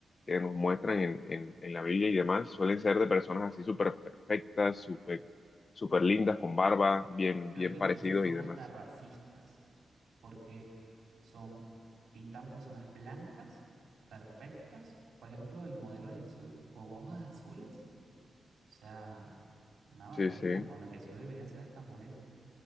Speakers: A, on the left (about 35°); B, on the right (about 60°).
A: que nos muestran en, en- en la Biblia y demás suelen ser de personas así súper perfectas, súper súper lindas, con barba, bien,
B: Creo
A: bien
B: que incluso
A: parecidos
B: son
A: y demás.
B: hasta racistas, porque son, pintan personas blancas, perfectas. Por ejemplo, el modelo de Jesús con hojas azules. O sea, una barbaridad,
A: Sí, sí,
B: cuando Jesús debería ser hasta moreno.